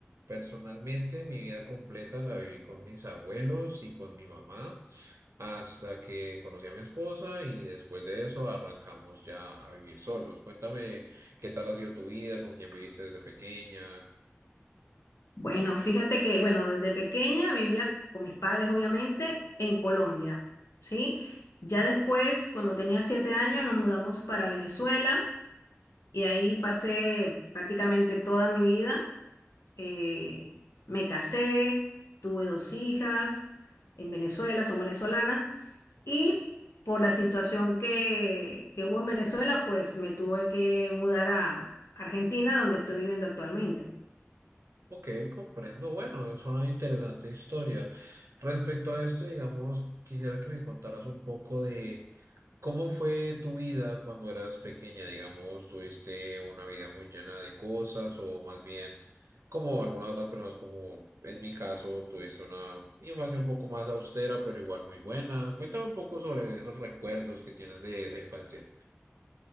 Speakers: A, on the right; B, on the left.
A: Personalmente, mi vida completa la viví con mis abuelos y con mi mamá hasta que conocí a mi esposa y después de eso arrancamos ya a vivir solos. Cuéntame qué tal ha sido tu vida, con quién viviste desde pequeña.
B: Bueno, fíjate que, bueno, desde pequeña vivía con mis padres, obviamente, en Colombia, ¿sí? Ya después, cuando tenía siete años, nos mudamos para Venezuela y ahí pasé prácticamente toda mi vida. Eh, me casé, tuve dos hijas en Venezuela, son venezolanas, y por la situación que, que hubo en Venezuela, pues me tuve que mudar a Argentina, donde estoy viviendo actualmente.
A: Ok, comprendo. Bueno, es una interesante historia. Respecto a esto, digamos, quisiera que me contaras un poco de ¿Cómo fue tu vida cuando eras pequeña? Digamos, ¿tuviste una vida muy llena de cosas o más bien, como algunas otras personas, como en mi caso, tuviste una infancia un poco más austera, pero igual muy buena? Cuéntame un poco sobre esos recuerdos que tienes de esa infancia.